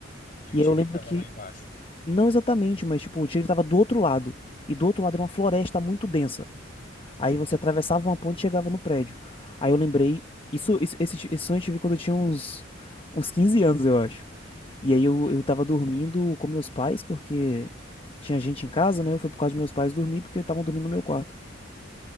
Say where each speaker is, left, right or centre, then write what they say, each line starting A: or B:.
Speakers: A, on the left; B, on the left.
A: E
B: E
A: o tigre
B: aí eu lembro
A: estava
B: que
A: lá embaixo.
B: Não exatamente, mas tipo, o tigre tava do outro lado. E do outro lado era uma floresta muito densa.
A: Entendi.
B: Aí você atravessava uma ponte e chegava no prédio. Aí eu lembrei. Isso, esse, esse, esse sonho eu tive quando eu tinha uns, uns 15 anos, eu acho. E aí eu, eu tava dormindo com meus pais, porque tinha gente em casa, né? Eu fui por causa de meus pais dormir, porque estavam dormindo no meu quarto.